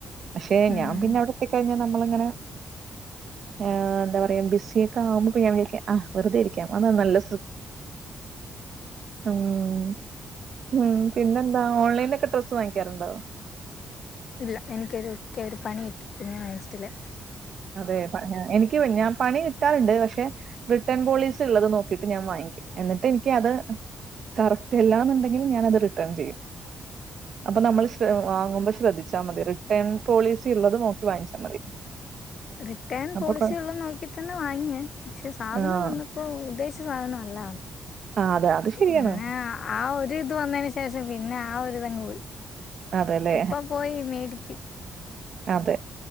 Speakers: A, on the right; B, on the left.
A: പക്ഷെ
B: ഉം
A: ഞാൻ പിന്നെ അവിടത്തെ കഴിഞ്ഞൽ നമ്മളിങ്ങനെ ആ എന്താ പറയാ ബിസിയ ഒക്കെ ആവുമ്പോ ഞാ വിജാക്കാം ആ വെറുത ഇരിക്കാം അ നല്ല എന്നാ പിന്നെന്താ ഓൺലൈ ഡ്രസ്സ് വാങ്ങിക്കാറുണ്ടോ
B: ഇല്ല എനിക്കൊരു ഒക്കെ ഒരു പണി കിട്ടി പിന്നെ വേങ്ങിച്ചിട്ടില്ലേ
A: അതെ എനിക്ക് ഞാൻ- പണി കിട്ടാറുണ്ട് പക്ഷെ റിട്ടേൺ പോളിസി ഉള്ളത് നോക്കിട്ട് ഞാൻ വാങ്ങിക്കും എന്നിട്ട് എനിക്ക് അത് കറക്റ്റ് അല്ലാന്നുണ്ടെങ്കിൽ ഞാൻത് റിട്ടേൺ ചെയ്യും അപ്പൊ നമ്മൾ ശ വാങ്ങുമ്പോൾ ശ്രദ്ധിച്ചാൽ മതി റിട്ടേൺ പോളിസി ഉള്ളത് നോക്കി വാങ്ങിച്ചാൽ മതി
B: റിട്ടേൺ
A: അപ്പൊ
B: പോളിസി
A: കൊ
B: ഉള്ളത് നോക്കി തന്നെ വാങ്ങിയ പക്ഷെ സാധനം
A: ആഹ്
B: വന്നപ്പോ ഉദ്ദേശിച്ച- സാധനം അല്ല
A: ആ അതെ അത് ശരിയാണ്
B: പിന്നെ ആ ഒരു ഇത് വന്നതിന് ശേഷം പിന്നെ ആ ഒരുരിതങ് പോയി
A: അതല്ലേ
B: ഇപ്പൊ പോയി മേടിക്കും
A: ആഹ അതെ